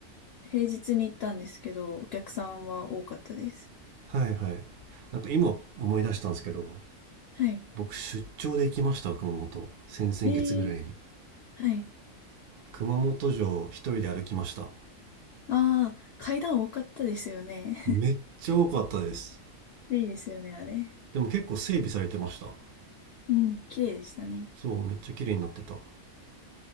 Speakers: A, on the left (about 65°); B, on the right (about 65°).
A: 平日に行ったんですけど、お客さんは多かったです。
B: はいはい。なんか今思い出したんですけど、
A: はい。
B: 僕出張で行きました、熊本。先々月ぐらいに。
A: ええはい。
B: 熊本城一人で歩きました。
A: ああ、階段多かったですよね。
B: めっちゃ多かったです。
A: <laughs> いいですよね、あれ。
B: でも結構整備されてました。
A: うん、綺麗でしたね。
B: そう、めっちゃ綺麗になってた。